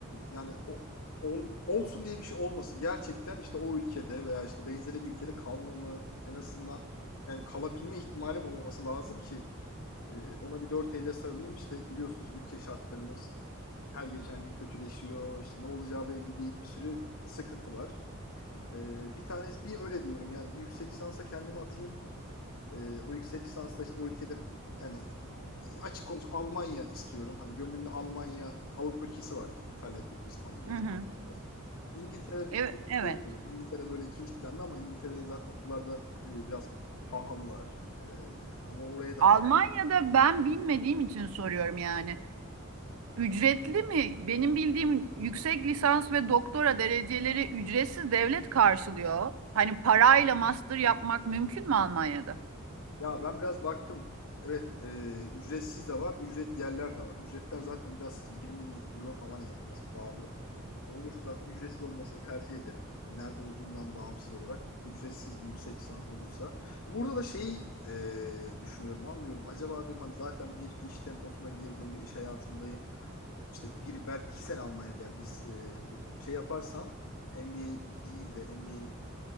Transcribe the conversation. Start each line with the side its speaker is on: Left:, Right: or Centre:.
Left: yani o, ol- olsun diye bir şey olmasın. Gerçekten işte o ülkede veya işte benzeri bir ülkede kalmamı en azından yani kalabilme ihtimalim olması lazım ki e, ona bir dört elle sarılayım. İşte biliyorsunuz ülke şartlarımız her geçen gün kötüleşiyor. İşte ne olacağı belli değil. Bir sürü sıkıntı var. E, bir tanesi bir öyle diyorum yani bir yüksek lisansa kendimi atayım. E, o yüksek lisansla işte o ülkede yani açık konuşayım Almanya istiyorum. Hani gönlümde Almanya, Avrupa ülkesi var yani. İtalya'da olur, İspanya'da
Right: Hı
Left: olur.
Right: hı.
Left: fark etmez. İngiltere
Right: Evet,
Left: çok istemiyorum.
Right: evet.
Left: İngiltere böyle ikinci planda ama İngiltere'de zaten okullarda e, biraz pahalılar. E, ama oraya daha
Right: Almanya'da ben bilmediğim için soruyorum yani. Ücretli mi? Benim bildiğim yüksek lisans ve doktora dereceleri ücretsiz devlet karşılıyor. Hani parayla master yapmak mümkün mü Almanya'da?
Left: Ya ben biraz baktım. Evet, e, ücretsiz de var, ücretli yerler de var. Ücretler zaten biraz 20 euro falan yani biraz pahalı. Olursa zaten ücretsiz olmasını tercih ederim. Yani nerede olduğundan bağımsız olarak ücretsiz bir yüksek lisans olursa. Burada da şeyi e, düşünüyorum, anlıyorum. Acaba diyorum hani zaten bir iş temposuna girdim, bir iş hayatındayım. İşte bir belki iki sene Almanya'da lis- e, şey yaparsam MBA değil de MBA